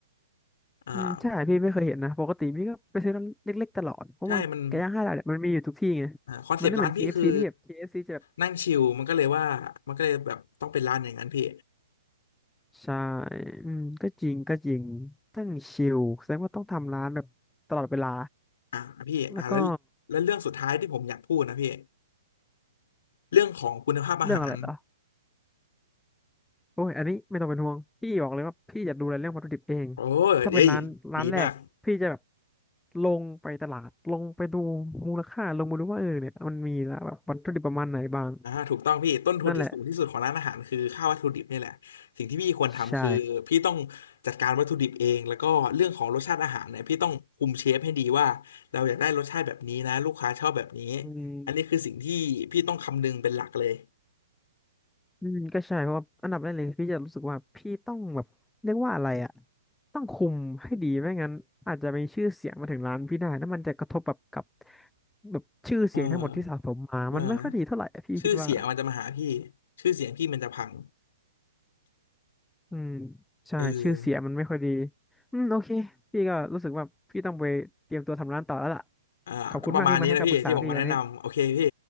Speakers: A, on the left; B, in the centre.
A: อ่า
B: อืมใช่พี่ไม่เคยเห็นนะปกติพี่ก็ไปซื้อร้านเล็กๆตลอดเพราะว่าไก่ย่างห้าดาวเนี่ยมันมีอยู่ทุกที่ไง
A: ใช่มัน อ่าคอนเซปต์ร้านพี่คือ
B: มันไม่เหมือน KFC ที่แบบ KFC จะแบบ
A: นั่งชิลมันก็เลยว่ามันก็เลยแบบต้องเป็นร้านอย่างนั้นพี่
B: ใช่อืมก็จริงก็จริงตั้งชิลแสดงว่าต้องทำร้านแบบตลอดเวลา
A: อ่าพี่อ่าแล้วแล้วเรื่องสุดท้ายที่ผมอยากพูดนะพี่
B: แล้วก็
A: เรื่องของคุณภาพอาหาร
B: เรื่องอะไรเหรอ โอ้ยอันนี้ไม่ต้องเป็นห่วงพี่บอกเลยว่าพี่จะดูแลเรื่องวัตถุดิบเอง
A: โอ้ยเอ้ยดีมาก
B: ถ้าเป็นร้านร้านแรกพี่จะแบบลงไปตลาดลงไปดูมูลค่าลงมาดูว่าเออเนี่ยมันมีแล้วแบบวัตถุดิบประมาณไหนบ้าง
A: อ่าถูกต้องพี่ต้นทุนที่สูงที่สุดของร้านอาหารคือค่าวัตถุดิบนี่แหละสิ่งที่พี่ควรทำคือพี่ต้อง
B: นั่นแหละใช่
A: จัดการวัตถุดิบเองแล้วก็เรื่องของรสชาติอาหารเนี่ยพี่ต้องคุมเชฟให้ดีว่าเราอยากได้รสชาติแบบนี้นะลูกค้าชอบแบบนี้
B: อืม
A: อันนี้คือสิ่งที่พี่ต้องคำนึงเป็นหลักเลย
B: อืมก็ใช่เพราะว่าอันดับแรกเลยพี่จะรู้สึกว่าพี่ต้องแบบเรียกว่าอะไรอะต้องคุมให้ดีไม่งั้นอาจจะมีชื่อเสียงมาถึงร้านพี่ได้แล้วมันจะกระทบแบบกับแบบชื่อเสียงทั้งหมดที่สะสมมามันไม่ค่อยดีเท่าไหร่อะพี่คิดว่า
A: เออเออ ชื่อเสียงมันจะมาหาพี่ชื่อเสียงพี่มันจะพัง
B: อืมใช่ชื่อเสียงมันไม่ค่อยดี
A: เออ
B: อืมโอเคพี่ก็รู้สึกว่าพี่ต้องไปเตรียมตัวทำร้านต่อแล้วล่ะ
A: อ่าก็ประมาณนี้นะพี่ที่ผมมาแนะนำโอเคพี่
B: ขอบคุณมากที่มาให้คำปรึกษาพี่วันนี้